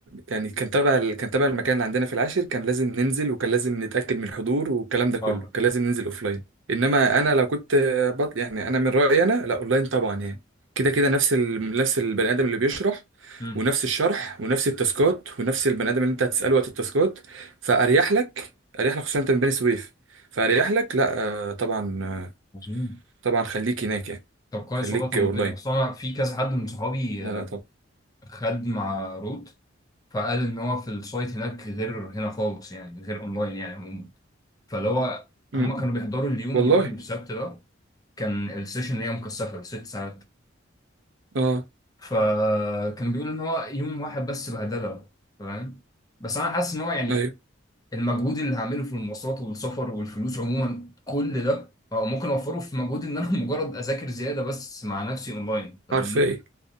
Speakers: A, on the right (about 80°); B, on the left (about 20°).
A: يعني كان تبع ال- كان تبع المكان اللي عندنا في العاشر كان لازم ننزل وكان لازم نتأكد من الحضور والكلام ده كله
B: اه
A: كان لازم ننزل اوفلاين انما انا لو كنت بط... يعني انا من رأيي انا لا اونلاين طبعا يعني كده كده نفس ال... نفس البني ادم اللي بيشرح
B: امم
A: ونفس الشرح ونفس التاسكات ونفس البني ادم اللي انت هتسأله وقت التاسكات فاريح لك اريح لك خصوصا انت من بني سويف فاريح لك لا آه، طبعا آه،
B: عظيم
A: طبعا خليك هناك يعني
B: طب كويس
A: خليك
B: والله طمنتني
A: اونلاين
B: اصل انا في كذا حد من صحابي
A: لا
B: آه،
A: لا طب
B: خد مع روت فقال ان هو في السايت هناك غير هنا خالص يعني غير اونلاين يعني عموما فاللي هو
A: امم
B: هم كانوا بيحضروا اليوم
A: والله
B: يوم السبت ده كان السيشن اللي هي مكثفه لست ساعات
A: اه
B: فكان بيقول ان هو يوم واحد بس بهدله فاهم بس انا حاسس ان هو يعني
A: ايوه
B: المجهود اللي هعمله في المواصلات والسفر والفلوس عموما كل ده أو ممكن اوفره في مجهود ان انا <laughs> مجرد اذاكر زياده بس مع نفسي اونلاين فاهمني
A: حرفيا